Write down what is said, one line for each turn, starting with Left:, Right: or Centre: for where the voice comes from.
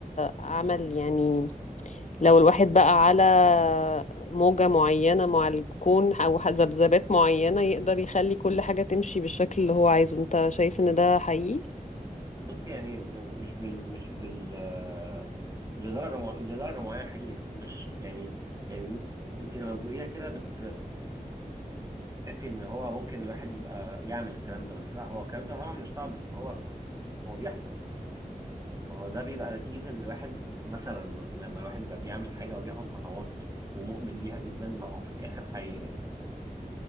Left: عمل يعني لو الواحد بقى على موجة معينة مع الكون أو ذبذبات معينة يقدر يخلي كل حاجة تمشي بالشكل اللي هو عايزه أنت شايف إن ده حقيقي؟
Right: بص يعني م- مش بال مش بال آه، لدرجه مع... لدرجه معينه حقيقي بس مش يعني يعني انت لما بتقوليها كده بت <clears throat> تحسي ان هو ممكن الواحد يبقى يعمل الكلام ده بس لا هو الكلام ده طبعا مش صعب بس هو هو بيحصل ما هو ده بيبقى نتيجة ان الواحد مثلا من- لما الواحد يبقى بيعمل حاجة وبياخد خطوات ومؤمن بيها جدا ما هو في الاخر حي...